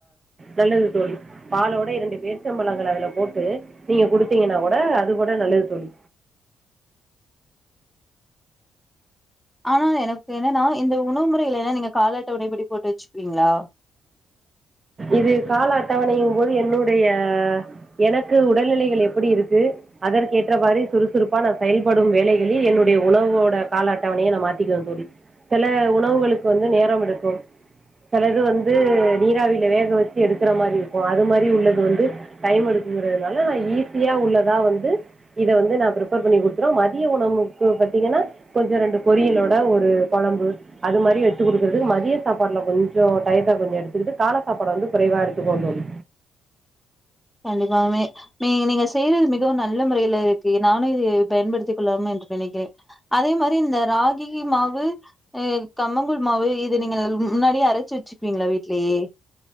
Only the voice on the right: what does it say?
நல்லது தோழி பாலோட இரண்டு பேச்சம்பழங்கள அதுல போட்டு நீங்க குடுத்தீங்கன்னா கூட அது கூட நல்லது தோழி
இது கால அட்டவணையிங்கும் போது என்னுடைய எனக்கு உடல் நிலைகள் எப்படி இருக்கு அதற்கு எற்றவாரு சுறுசுறுப்பா நா செயல்படும் வேலைகளில் என்னுடைய உணவோட கால அட்டவணையை நான் மாத்தக்குவேன் தோழி சில உணவுகளுக்கு வந்து நேரம் எடுக்கும் சிலது இது வந்து இது நீராவில வேக வெச்சி எடுக்குற மாரி இருக்கும் அது மாரி உள்ளது வந்து டைம் எடுக்குங்கறதுனால நான் ஈஸியா உள்ளதா வந்து இத வந்து நா ப்ரிப்பேர் பண்ணி குடுத்துவே மதிய உணக்கு பாத்தீங்கன்னா கொஞ்சோ ரெண்டு பொரியலோட ஒரு குழம்பு அது மாரி வெச்சு குடுக்கறதுக்கு மத்திய சாப்பாட்ல கொஞ்சோ டையத்த கொஞ்சோ எடுத்துக்கிட்டு காலை சாப்பாட வந்து குறைவா எடுத்துக்குவோ தோழி